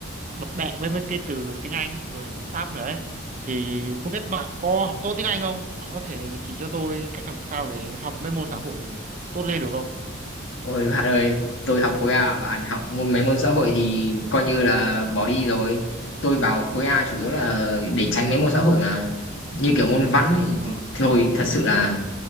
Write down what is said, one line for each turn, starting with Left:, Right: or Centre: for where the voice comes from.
Right: bập bẹ với mấy cái từ tiếng Anh rồi người Pháp nữa ấy. Thì không biết bạn có học tốt tiếng Anh không? Bạn có thể chỉ cho tôi cách làm sao để học mấy môn xã hội tốt lên được không?
Left: Ôi bạn ơi, tôi học khối A, bạn học môn mấy môn xã hội thì coi như là bỏ đi rồi. Tôi vào khối A chủ yếu là để tránh mấy môn xã hội mà. Như kiểu môn văn thì,
Right: Ờ.
Left: thì thôi thật sự là